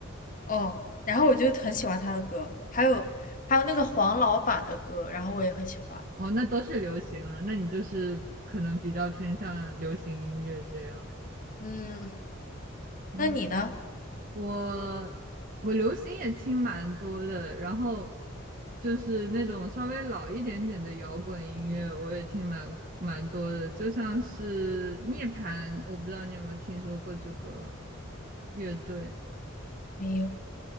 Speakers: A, on the left; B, on the right.
A: 哦，然后我就很喜欢他的歌，还有还有那个黄老板的歌，然后我也很喜欢。
B: 哦，那都是流行了，那你就是可能比较偏向流行音乐这样。
A: 嗯，
B: 哦
A: 那你呢？
B: 我我流行也听蛮多的，然后就是那种稍微老一点点的摇滚音乐，我也听蛮蛮多的，就像是涅槃，我不知道你有没有听说过这个乐队，
A: 没有，